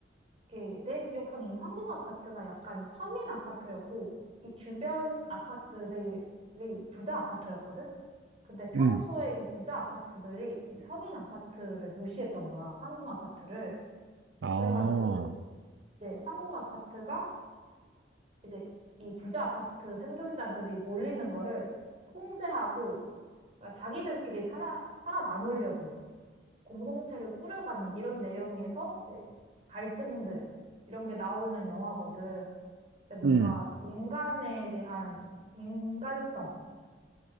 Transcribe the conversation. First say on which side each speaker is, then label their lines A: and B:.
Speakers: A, on the right; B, on the right.
A: 예, 내 기억상에 이 황궁 아파트가 약간 서민 아파트였고, 이 주변 아파트들이 부자 아파트였거든? 근데 평소에
B: 응.
A: 이 부자 아파트들이 이 서민 아파트를 무시했던 거야, 황궁 아파트를.
B: 아,
A: 그래가지고, 이제 황궁 아파트가 이제 이 부자 아파트 생존자들이 몰리는 거를 통제하고, 그러니까 자기들끼리 살아, 살아남으려고 공동체를 꾸려가는 이런 내용에서 이제 갈등들, 이런 게 나오는 영화거든. 근데 뭔가
B: 응.
A: 인간에 대한 인간성,